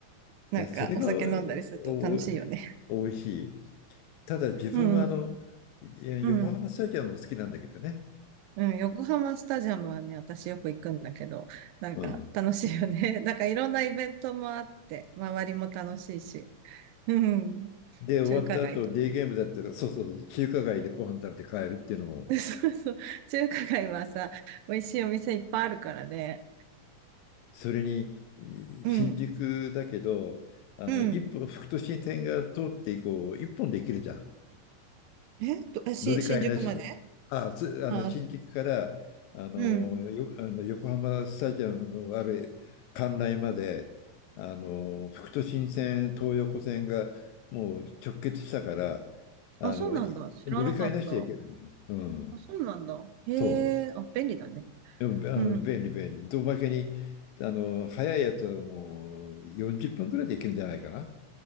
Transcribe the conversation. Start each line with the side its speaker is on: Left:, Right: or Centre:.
Right: なんかお酒飲んだりすると楽しいよね。
Left: いや、それがおおお美味しい。ただ自分はあの、
Right: <laughs> うん、
Left: いや横浜スタジアムも好きなんだけどね。
Right: うん、うん。横浜スタジアムはね、私よく行くんだけど、なんか楽しいよね。
Left: うん。
Right: <laughs> なんかいろんなイベントもあって、周りも楽しいし。<laughs> うん。
Left: で、終わった後、
Right: 中華街とか。
Left: デイゲームだったら、そうそうそう、中華街でご飯食べて帰るっていうのも、
Right: <laughs> そうそう。中華街はさ、美味しいお店いっぱいあるからね。
Left: それに、い新宿だけど、
Right: うん、
Left: あの、
Right: うん。
Left: 一本、副都心線が通って以降、一本で行けるじゃん。
Right: えっと、あし、
Left: 乗り換えなしで。
Right: 新宿まで
Left: あ、つ、あの、
Right: あ、
Left: 新宿から、あの、
Right: うん。
Left: よ、あの横浜スタジアムのある関内まで、あの、副都心線、東横線がもう直結したから、あの、
Right: あ、そうなんだ。
Left: い乗り換えなしで行けるんよ。
Right: 知らなかった。
Left: うん。
Right: あ、そうなんだ。へ
Left: そう。
Right: え、あ、便利だね。
Left: でも、あの、
Right: うん。
Left: 便利、便利。おまけに、あの、早いやつはもう40分くらいで行けるんじゃないかな。